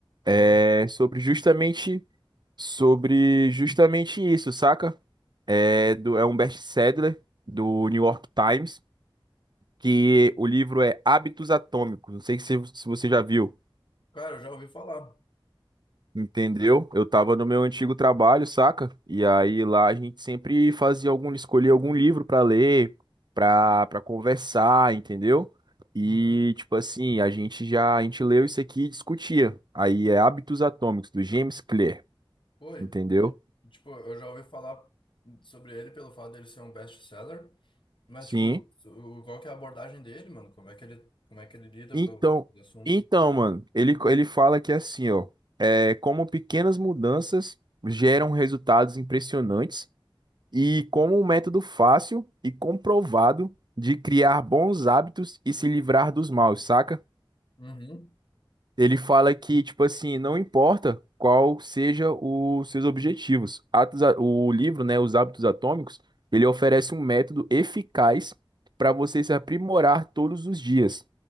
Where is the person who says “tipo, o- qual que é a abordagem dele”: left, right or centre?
Left